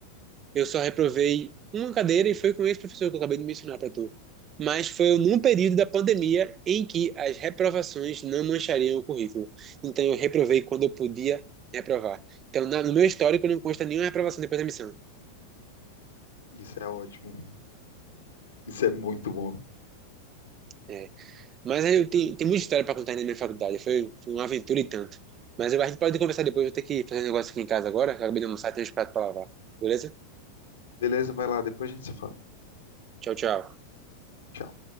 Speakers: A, on the right; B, on the left.
A: eu só reprovei uma cadeira e foi com esse professor que eu acabei de mencionar para tu. Mas foi num período da pandemia em que as reprovações não manchariam o currículo. Então, eu reprovei quando eu podia reprovar. Então, na- no meu histórico, não consta nenhuma reprovação depois da missão.
B: Isso é ótimo. Isso é muito bom.
A: É. Mas aí eu tenho, tem muita história para contar ainda na minha faculdade. Foi, foi uma aventura e tanto. Mas eu- a gente pode conversar depois. Eu vou ter que fazer um negócio aqui em casa agora. Acabei de almoçar, tenho uns pratos para lavar. Beleza?
B: Beleza, vai lá, depois a gente se fala.
A: Tchau, tchau.
B: Tchau.